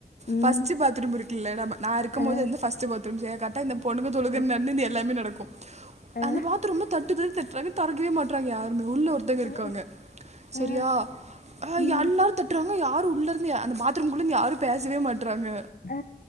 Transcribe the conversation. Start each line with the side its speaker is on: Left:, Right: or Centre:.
Left: ம்
Right: ஃபர்ஸ்ட்டு பாத்ரூம் இருக்குல நம்ம நா இருக்கும்
Left: ஆ
Right: போது வந்து ஃபர்ஸ்ட்டு பாத்ரூம் சே கரெக்ட்டா இந்த பொண்ணுங்க தொழுக
Left: ஆ
Right: <unintelligible> எல்லாமே நடக்கு
Left: ஆ
Right: அந்த பாத்ரூம்ல தட்டு தட்டி தட்றாங்க தொரக்கவே மாட்றாங்க யாருமே உள்ள ஒருத்தவுங்க இருக்காங்க
Left: ஆ
Right: செரியா
Left: ஆ
Right: அ
Left: ம்
Right: எல்லா தட் றாங்க யாரு உள்ள இருந்து அந்த பாத்ரூம்குள்ள இருந்து யாரு பேசவே மாட்றாங்க
Left: அ